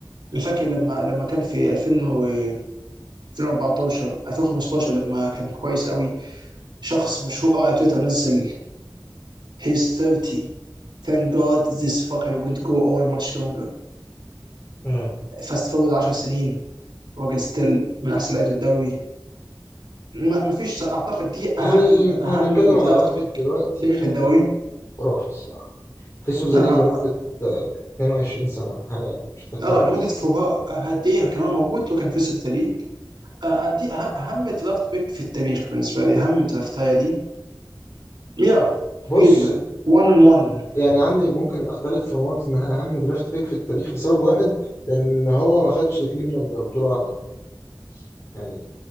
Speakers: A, on the right; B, on the left.
A: انا فاكر لما لما كان في 2000 و 2014 2015 لما كان كويس قوي شخص مشهور قوي على تويتر نزل he's 30 thank god this fucker won't go on much longer
B: مم.
A: fast forward 10 سنين راجل ستيل من احسن لعيبه الدوري ما ما فيش اعتقد دي
B: يعني
A: اهم اهم
B: هنتكلم على
A: درافت
B: واحد
A: بيك
B: دلوقتي
A: تاريخ الدوري
B: يعني خرافي الصراحه فيس اوف
A: لا
B: ذا ليج لمده
A: اه
B: آه، 22 سنه حاجه مش هتتكرر
A: آه، لمده فوها قد ايه كان هو موجود وكان في سيف ذا ليج آه، آه، دي اهم أهم درافت بيك في التاريخ بالنسبه لي اهم درافتايه دي يا
B: بص
A: كليفلاند 1 ان 1
B: يعني عندي ممكن اختلف في نقطة ان اهم درافت بيك في التاريخ لسبب واحد لان هو ما خدش كليفلاند غير بطولة واحدة في التاريخ بس يعني